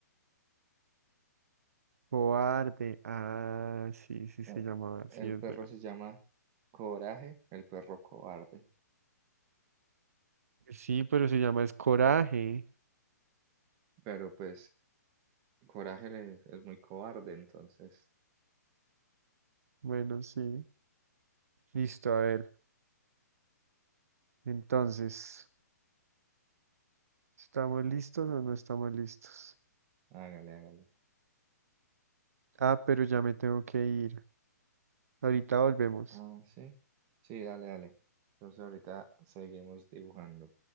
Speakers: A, on the right; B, on the right.
A: cobarde. Ah, sí, sí se
B: Eh,
A: llamaba,
B: El
A: sí, es
B: perro
A: verdad.
B: se llama Coraje, el perro cobarde.
A: Sí, pero se llama es coraje.
B: Pero pues Coraje le- es muy cobarde, entonces
A: Bueno, sí. Listo, a ver. Entonces, ¿estamos listos o no estamos listos?
B: hágale, hágale.
A: Ah, pero ya me tengo que ir. Ahorita volvemos.
B: Ah, sí, sí, dale, dale. Entonces ahorita seguimos dibujando.